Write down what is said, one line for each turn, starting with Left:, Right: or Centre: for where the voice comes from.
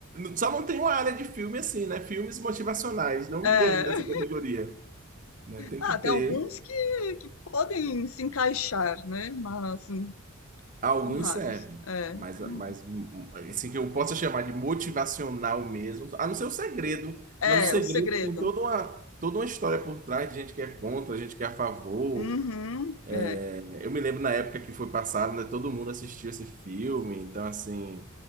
Right: Só não tem uma área de filme assim, né? Filmes motivacionais, não
Left: É.
Right: vi ainda essa categoria, né? Tem
Left: Ah,
Right: que ter.
Left: tem alguns que, que podem se encaixar, né? Mas hum,
Right: Alguns
Left: são raros.
Right: servem,
Left: É,
Right: mas,
Left: uhum.
Right: mas hum, assim que eu possa chamar de motivacional mesmo, a não ser o segredo,
Left: é
Right: mas o segredo
Left: o segredo.
Right: tem toda uma, toda uma história por trás de gente que é contra, gente que é a favor.
Left: Uhum, é.
Right: É, eu me lembro na época que foi passado, né, todo mundo assistiu esse filme, então assim,